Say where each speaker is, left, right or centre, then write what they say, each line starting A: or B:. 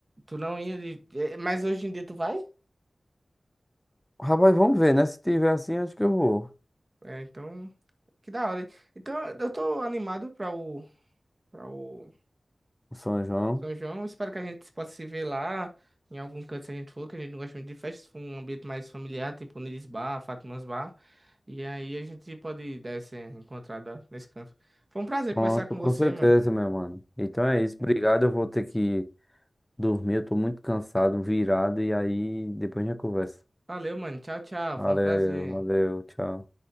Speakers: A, on the right; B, in the centre.
A: Tu não ia de... eh, Mas hoje em dia tu vai?
B: Rapaz, vamos ver, né? Se tiver assim, acho que eu vou.
A: É, então. Que da hora. hein? Então eu tô animado pra o. Pra o
B: São João.
A: São João, eu espero que a gente possa se ver lá, em algum canto se a gente for, que a gente não gosta muito de festas, for um ambiente mais familiar, tipo Nilis Bar, Fátimas Bar. E aí a gente pode dar essa encontrada nesse canto. Foi um prazer
B: Pronto,
A: conversar com
B: com
A: você,
B: certeza,
A: mano.
B: meu mano. Então é isso,
A: É.
B: obrigado. Eu vou ter que dormir, eu tô muito cansado, virado, e aí depois a gente conversa.
A: Valeu, mano. Tchau, tchau.
B: Valeu,
A: Foi um prazer.
B: valeu, tchau.